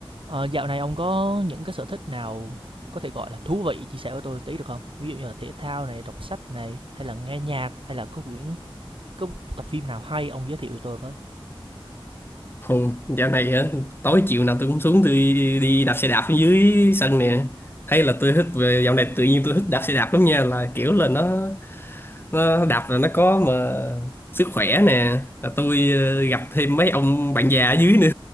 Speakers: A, on the right; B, on the left.
A: Ờ, dạo này ông có những cái sở thích nào có thể gọi là thú vị chia sẻ với tôi tí được không? Ví dụ như là thể thao này, đọc sách này, hay là nghe nhạc, hay là có quyển có tập phim nào hay ông giới thiệu với tôi với.
B: Không, dạo này á, tối chiều nào tôi cũng xuống tôi đi, đi đạp xe đạp ở dưới sân nè. Hay là tôi thích về dạo này tự nhiên tôi thích đạp xe đạp lắm nha là kiểu là nó nó đạp là nó có mà sức khỏe nè là tôi ờ, gặp thêm mấy ông bạn già ở dưới nữa